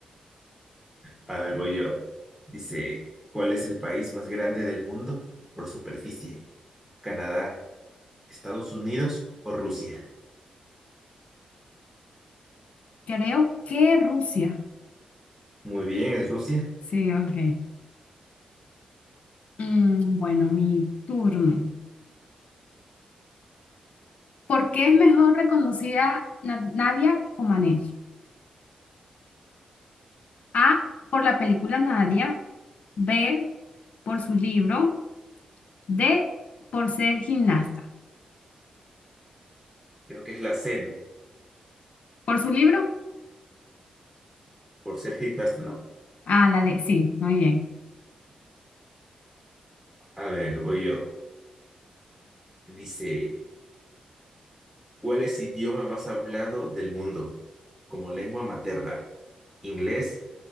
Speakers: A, in the centre; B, on the left.
A: A ver, voy yo. Dice, ¿cuál es el país más grande del mundo por superficie? ¿Canadá, Estados Unidos o Rusia?
B: Creo que Rusia.
A: Muy bien, es Rusia.
B: Sí, ok. Mm, bueno, mi turno. ¿Por qué es mejor reconocida Na- Nadia Comaneci? A, por la película Nadia. B, por su libro. D, por ser gimnasta.
A: Creo que es la C, ¿no?
B: ¿Por su libro?
A: Por ser gimnasta, ¿no?
B: Ah, la D. Sí, muy bien.
A: A ver, voy yo. Dice, ¿cuál es el idioma más hablado del mundo como lengua materna? ¿Inglés,